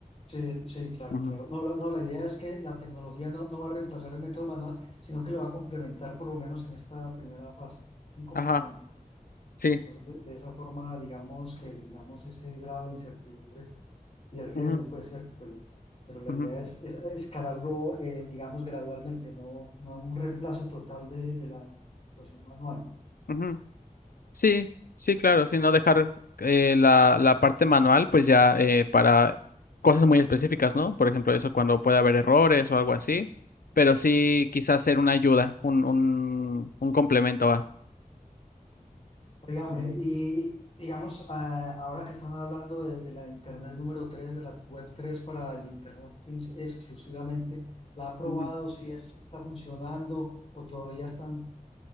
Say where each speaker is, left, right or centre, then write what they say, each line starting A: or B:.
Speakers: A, on the left; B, on the left.
A: Sí, sí, claro,
B: Ujú.
A: claro. No, la, no, la idea es que la tecnología no, no va a reemplazar el método manual, sino que lo va a complementar por lo menos en esta primera fase, un complemento.
B: Ajá, sí.
A: Entonces, de, de esa forma, digamos que eliminamos ese grado de incertidumbre y el riesgo,
B: Ujú,
A: pues cierto, pero, pero la
B: ujú,
A: idea es, es escalarlo, eh, digamos, gradualmente, no, no un reemplazo total de, de la actuación manual.
B: ujú. Sí, sí, claro, sí, no dejar eh, la, la parte manual, pues ya eh, para cosas muy específicas, ¿no? Por ejemplo, eso cuando puede haber errores o algo así, pero sí quizás ser una ayuda, un, un, un complemento a.
A: Oiga, hombre,
B: Ujú,
A: y digamos, ah, ahora que están hablando de, de la Internet número 3 de la Web 3 para el Internet of Things exclusivamente, ¿la ha probado?
B: ujú.
A: ¿Si es, está funcionando o todavía están,